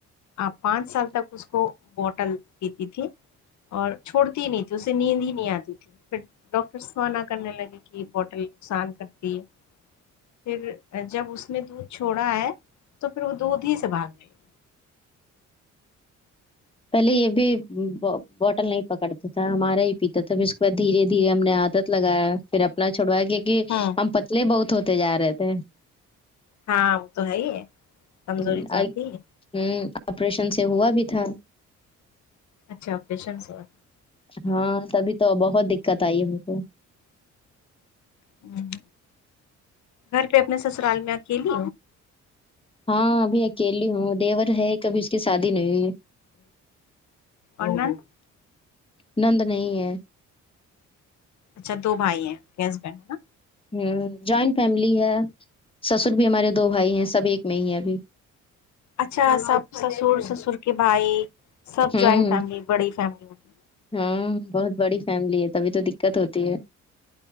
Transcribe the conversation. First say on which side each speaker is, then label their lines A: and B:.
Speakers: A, on the left; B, on the left.
A: آپ پانچ سال تک اس کو بوٹل پیتی تھی اور چھوڑتی نہیں تھی اسے نیند ہی نہیں آتی تھی پھر ڈاکٹر سونا کرنے لگے کہ بوٹل نقصان کرتی ہے پھر جب اس نے دودھ چھوڑا ہے تو پھر وہ دودھ ہی سے بھاگنے لگی
B: پہلے یہ بھی بوٹل نہیں پکڑتا تھا ہمارا ہی پیتا تھا پھر اس کے بعد دھیرے دھیرے ہم نے عادت لگایا پھر اپنا چھڑوا کیک
A: ہوں
B: ہم پتلے بہت ہوتے جا رہے تھے
A: ہاں اب تو ہے ہی ہے کمزوری
B: ہ
A: تو آتی
B: آئی
A: ہے
B: ہوں آپریشن سے ہوا بھی تھا
A: اچھاپریشن سے ہو
B: ہاں تبھی تو بہت دقت آئی ہم کو
A: ہوں گھر پہ اپنے سسرال میں اکیلی
B: ہاںب اکیلی ہوں دیور ہے کبھی اس کی شادی نہیں
A: اور نند
B: نند نہیں ہے
A: اچھا دو بھائی ہیں کیس ب ہے نا
B: ہ جوائنٹ فیملی ہے سسر بھی ہمارے دو بھائی ہیں سب ایک میں ہی ہے ابھی
A: اچھا سب سسر سسر کے بھائی سب
B: ہوں
A: جوائنٹ فیملی بڑی فیملی ہوگی
B: ہاں بہت بڑی فیملی ہے ت تبھی تو دقت ہوتی ہے